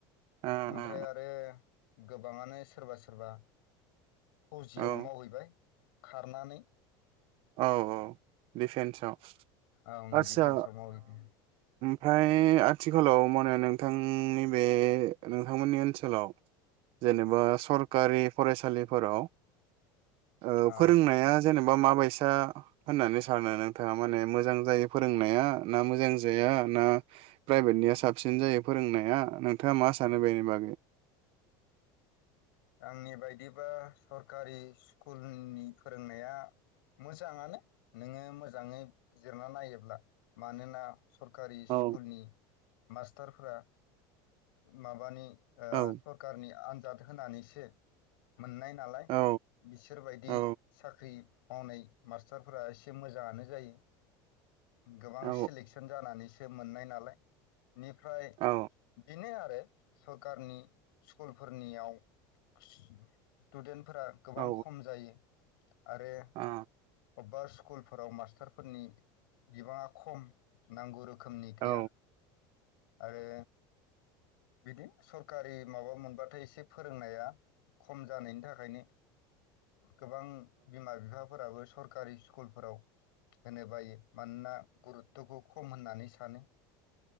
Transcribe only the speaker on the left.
ओमफ्राय
आरो गोबाङानो सोरबा सोरबा फौजियाव
मावहैबाय खारनानै
ओं
डिफेन्सआव मावहैदों
अ
आंनि बायदिबा सरखारि स्कुलनि फोरोंनाया मोजाङानो नोङो मोजाङै बिजिरना नायोब्ला मानोना सरखारि
स्कुलनि मास्टारफोरा माबानि ओ
सरखारनि आ आनजाद होनानैसो। मोननाय नालाय
बिसोरबायदि
साख्रि मावनाय मास्टारफोरा एसे मोजाङानो जायो। गोबां
सेलेकसन जानानैसो मोननाय नाला लाय बेनिफ्राय
बेनो आरो सरकारनि स्कुलफोरनियाव स्टुडेन्ट फोरा गोबां
खम जायो आरो
अबेबा स्कुलफोराव मास्टारफोरनि बिबाङा खम नांगौ रोखोम रोखोमनि गैया
आरो। बिदि सरखारि माबा मोनबाथाय एसे फोरोंनाया खम जानायनि थाखायनो गोबां बिमा-बिफा फोराबो सरकारि स्कुलफोराव होनो बायो मानोना गुरुत्थखौ खम होननानै सानो